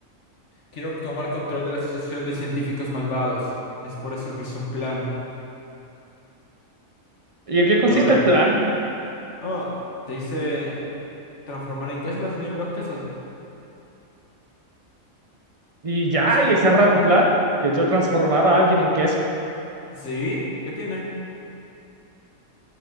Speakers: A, on the left (about 60°); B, on the right (about 30°).
A: quiero tomar control de la Asociación de Científicos Malvados. Es por eso que hice un plan.
B: ¿Y en qué consiste
A: Y ahora,
B: el plan?
A: oh, te hice ¿Transformar en queso a la señora de los quesos?
B: Y ya,
A: ¿Ese
B: y
A: fue
B: ese
A: el
B: era
A: plan?
B: tu plan, que yo transformara a alguien en queso.
A: ¿Sí? ¿Qué tiene?